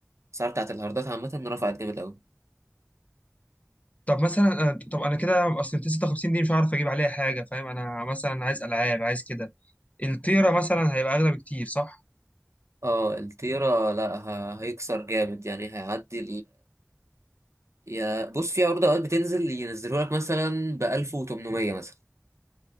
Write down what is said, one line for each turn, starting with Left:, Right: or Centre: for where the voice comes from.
Right: الاسعار بتاعت الهاردات عامة رفعت جامد قوي
Left: طب مثلا آه، طب انا كده اصل 256 دي مش هعرف اجيب عليها حاجه فاهم انا مثلا عايز العاب عايز كده التيرا مثلا هيبقى اغلى بكتير صح
Right: اه التيرا لا ه- هيكسر جامد يعني هيعدي يا بص في عروض اوقات بتنزل ينزلوا لك مثلا ب 1800 مثلا